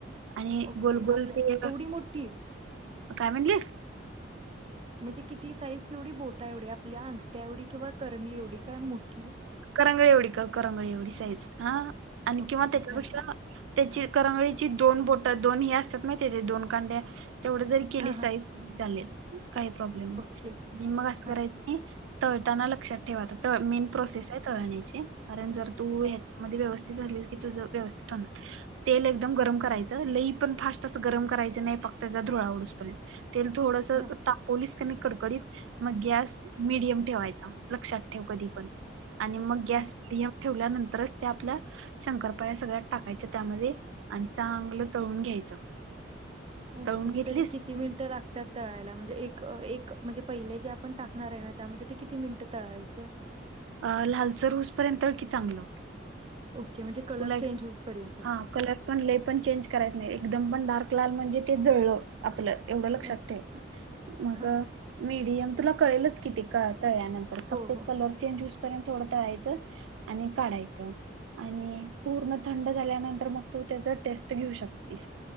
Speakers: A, on the right; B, on the right.
A: आणि
B: ओके
A: गोलगोल
B: आपल्या
A: ते
B: एवढी मोठी
A: काय म्हणलीस?
B: म्हणजे किती साईज केवढी बोट एवढी आपल्या अंग्यावढडी किंवा करंगली एवढी काय मोठी
A: करंगळी एवढी कर करंगळ एवढी साईज हा आणि
B: ओके.
A: किंवा त्याच्यापेक्षा
B: हां,
A: त्याची करंगळीची दोन बोट दोन ही असतात नाही ती दोन कांड्या तेवढं जरी केली
B: हां, हां.
A: साईज चालेल काही प्रॉब्लेम नाही
B: ओके.
A: आणि मग असं
B: हां,
A: करायचं तळताना लक्षात ठेव आता मेन प्रोसेस आहे तळण्याचे कारण जर तू
B: हां,
A: ह्याच्यामध्ये व्यवस्थ झालीस तुझ व्यवस्थित होणार तेल एकम गरम करायचं लई पण फास्ट अस गरम करायच नाही पाक त्याचा धुरळा उडूस पर्यंत तेल थोडस
B: हां,
A: तापवलंस की नाय कडकडीत मग मिडीयम ठेवायचा लक्षात ठेव कधी पण आणि मग
B: हां.
A: गॅस ठेवल्यानंतरच त्या आपल्या शंकरपाळ्या सगळ्यात टाकायच्या त्यामध्ये आणि चांगलं तळून घ्यायचं.
B: ओके
A: तळून घेतलीस
B: तरी किती मिनट लागतात तळायला म्हणजे एक म्हणजे पहिले जे आपण टाकणार आहे ना त्यामध्ये ते किती मिनिटं तळायचं.
A: अ लालसर होऊसपर्यंत तळ कि चांगलं.
B: ओके म्हणजे कलर
A: तुला एक
B: चेंज होऊसपर्यंत
A: हा कलर पण लइ पण चेंज करायच नाही एकदम पण डार्क लाल म्हणजे ते जळलं आपलं. एवढं लक्षात
B: ओके
A: ठेव मग
B: हां
A: मीठ तुला कळेलच कि ते काळ तळल्यानंतर फक्त
B: हो हो
A: कलर चेंज होऊस पर्यंत थोडं तळायचं. आणि काढायच आणि पूर्ण थंड झाल्यानंतर मग तू त्याचा टेस्ट घेऊ शकतेस.